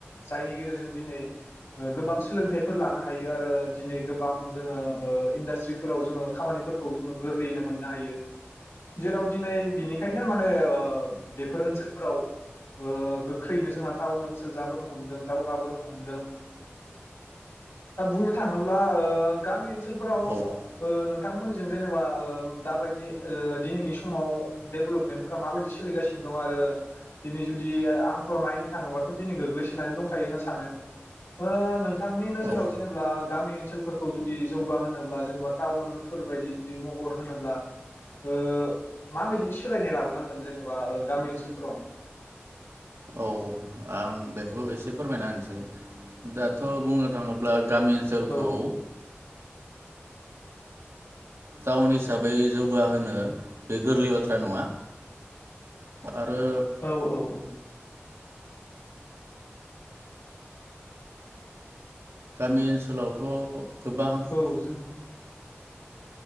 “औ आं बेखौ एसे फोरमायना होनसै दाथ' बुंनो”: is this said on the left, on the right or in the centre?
Right